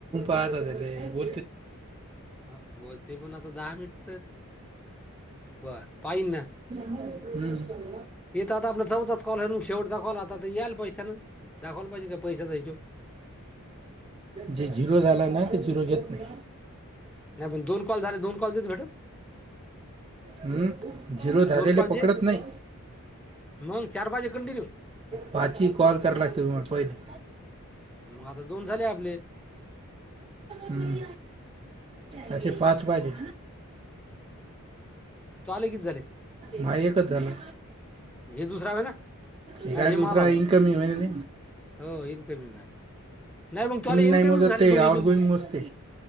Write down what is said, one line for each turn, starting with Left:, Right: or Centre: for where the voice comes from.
Right: पाह रे.
Centre: ह बोलते पण आता दहा मिन. बर पाहि ना.
Right: हम्म.
Centre: येत आता आपला चौताच कॉल शेवटचा कॉल आता याल पैाना. दाखवला पाहिजे काय पैसा जायच्या.
Right: जे झिरो झाला ना ते झिरो. घेत नाही
Centre: नाही पण दोन कॉल झाले दोन कॉल देत भेटून.
Right: ह झिरो झाधलेले
Centre: दोन कॉल
Right: पकडत
Centre: जे
Right: नाही.
Centre: मग चार पाच कंटिन्यू
Right: पाची कॉल करा लागतही मला पहिले.
Centre: मग आता दोन झाले आपले.
Right: हम्म अचछा पाच वाजे.
Centre: तू आले किती झाले.
Right: मायकधलं.
Centre: हे दुसरा आहे ना.
Right: एकाा
Centre: नाही हे मला
Right: दुसरा
Centre: होय
Right: इंग कमी होन.
Centre: हो नाही मग चला इनकमिंग
Right: नाही मोजत
Centre: झाले
Right: ते
Centre: दोन्ही
Right: आउटगोईंग
Centre: बिन
Right: मोजते.